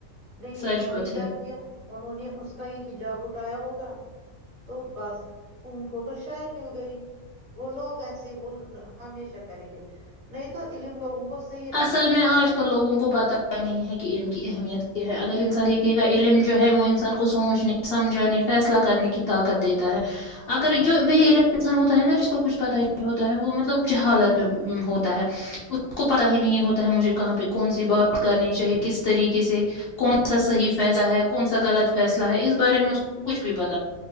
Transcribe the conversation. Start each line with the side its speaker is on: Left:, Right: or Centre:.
Right: نہیں
Left: سچ
Right: انہوں
Left: بات
Right: نے
Left: ہے
Right: کیا کیا انہوں نے اس کا کا ہجاب اٹایا ہوگا تو بس ان کو تو شی مل گئی وہ لوگ ایسے وہ ہمیشہ کریں گے نہیں تو علم لوگوں کو صحیح راستہ
Left: اصل میں
Right: دکھاتا
Left: آج
Right: ہے
Left: کل لوگوں کو پتا نہیں ہے کہ ان کی اہمیت کیا ہے اگر انسان ایک کا علم جو ہے وہ انسان کو سوچنے سمجھانے فیصلہ کرنے کی طاقت دی ہے
Right: ہاں
Left: اگر جو ب ع ہو ہے نا جس کو کچھ پتا ہی نہیں ہوتا ہے وہ مطلب جہالت پہ ہوتا ہے اس کو پتا ہی نہیں ہوتا ہے مجھے کہاں پہ کون سی بات کرنی چاہے کس طریقے سے کون سا صحی فیصلہ ہے کون سا غلط فیصلہ ہے اس بارے میں اس کو کچھ بھی پتا